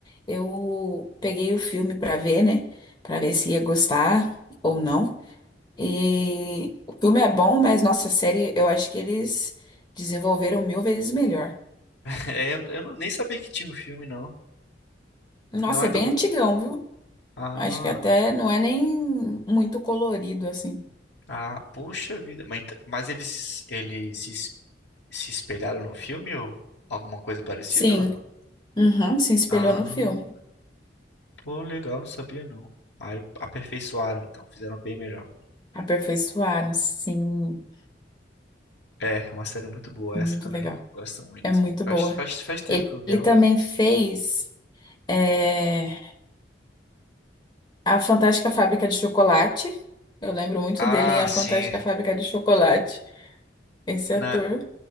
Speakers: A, on the left (about 25°); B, on the left (about 85°).
A: eu peguei o filme pra ver, né? Pra ver se ia gostar ou não. E o filme é bom, mas nossa, a série eu acho que eles desenvolveram mil vezes melhor.
B: Eu, eu não- nem sabia que tinha um filme, não.
A: Nossa,
B: Não é
A: é bem
B: tão.
A: antigão, viu?
B: Ah.
A: Acho que até não é nem muito colorido assim.
B: Ah, puxa vida. Mas, ent- mas eles, eles se, es- se espelharam no filme ou alguma coisa parecida
A: Sim,
B: ou não?
A: uhum, se espelhou
B: Ah,
A: no filme.
B: pô, legal, não sabia não. Aí aperfeiçoaram, então, fizeram bem melhor.
A: Aperfeiçoaram, sim.
B: É, é uma série muito boa
A: Muito
B: essa também.
A: legal.
B: Eu gosto muito.
A: É muito
B: Faz,
A: boa.
B: faz, faz tempo
A: Ele,
B: que eu vi
A: ele
B: ela.
A: também fez é, A Fantástica Fábrica de Chocolate. Eu lembro muito
B: Ah,
A: dele em A
B: sim.
A: Fantástica Fábrica de Chocolate, esse
B: Na,
A: ator.